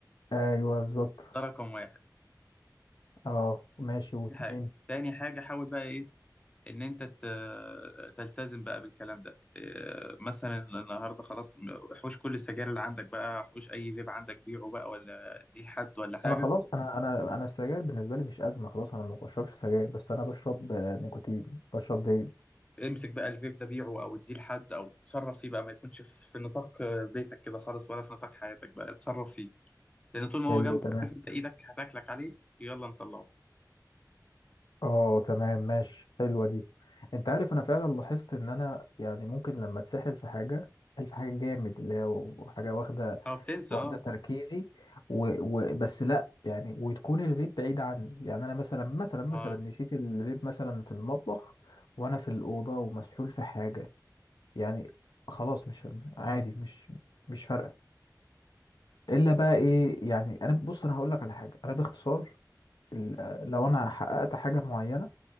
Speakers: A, on the left; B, on the left.
A: ايوه بالظبط
B: ده رقم واحد
A: اه ماشي واتنين
B: دي حاجه تاني حاجه حاول بقى ايه ان انت ت- تلتزم بقى بالكلام ده إيه، مثلا النهارده خلاص حوش كل السجاير اللي عندك بقى حوش اي فيب عندك بيعه بقى ولا دي لحد ولا حاجه
A: انا خلاص انا انا انا السجاير بالنسبه لي مش ازمه خلاص انا ما بشربش سجاير بس انا بشرب آه، نيكوتين بشرب فيب
B: امسك بقى الفيب ده بيعه او اديه لحد او اتصرف فيه بقى ما يكونش في نطاق بيتك كده خالص ولا في نطاق حياتك بقى اتصرف فيه لان طول ما
A: حلو
B: هو جنبك
A: تمام
B: عارف انت ايدك هتاكلك عليه يلا نطلعه
A: اه تمام ماشي حلوه دي انت عارف انا فعلا لاحظت ان انا يعني ممكن لما اتسحل في حاجه اتسحل في حاجه جامد اللي هي و- حاجه واخده
B: اه بتنسى
A: واخده
B: اه
A: تركيزي و... و... بس لا يعني وتكون الفيب بعيد عني يعني انا مثلا مثلا مثلا
B: اه
A: نسيت الفيب مثلا في المطبخ وانا في الاوضه ومسحول في حاجه يعني خلاص مش عادي مش مش فارقه الا بقى ايه يعني انا بص انا هقول لك على حاجه انا باختصار ال- لو انا حققت حاجه معينه